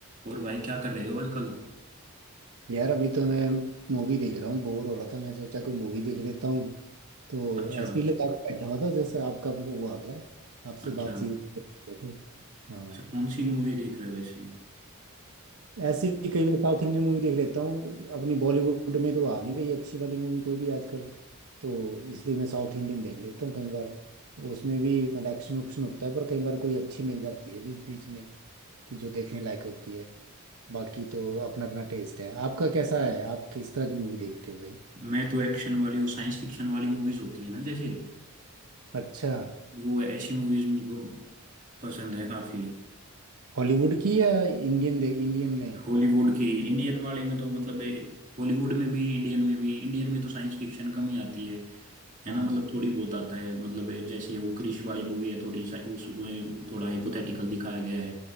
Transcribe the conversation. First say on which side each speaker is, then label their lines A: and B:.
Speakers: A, on the right (about 35°); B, on the right (about 80°).
A: और भाई क्या कर रहे हो आजकल
B: यार अभी तो मैं मूवी देख रहा हूँ बोर हो रहा था मैं सोचा कोई मूवी देख लेता हूँ तो
A: अच्छा
B: ऐसे ही लगा के बैठा हुआ था जैसे आपका वो वो आ गया आपसे
A: अच्छा
B: बातचीत करते थे। हाँ
A: अच्छा कौन सी मूवी देख रहे हो वैसे
B: ऐसे ही कई बार साउथ इंडियन मूवी देख लेता हूँ अपनी बॉलीवुड में तो आ नहीं रही अच्छी वाली मूवी कोई भी आजकल तो इसलिए मैं साउथ इंडियन देख लेता हूँ कई बार उसमें भी मतलब एक्शन उक्शन होता है पर कई बार कोई अच्छी मिल जाती है बीच बीच में कि जो देखने लायक होती है बाकी तो अपना अपना टेस्ट है आपका कैसा है आप किस तरह की मूवी देखते हो भाई
A: मैं तो एक्शन वाली वो साइंस फिक्शन वाली मूवीज होती है ना जैसे
B: अच्छा
A: वो ऐसी मूवीज मेरे को पसंद है काफी
B: हॉलीवुड की या इंडियन दे इंडियन में
A: हॉलीवुड की इंडियन वाले में तो मतलब ए, हॉलीवुड में भी इंडियन में भी इंडियन में तो साइंस फिक्शन कम ही आती है है
B: हाँ
A: ना मतलब थोड़ी बहुत आता है मतलब ये जैसे वो क्रिश वाली मूवी है थोड़ी सा उसमें वो थोड़ा हाइपोथेटिकल दिखाया गया है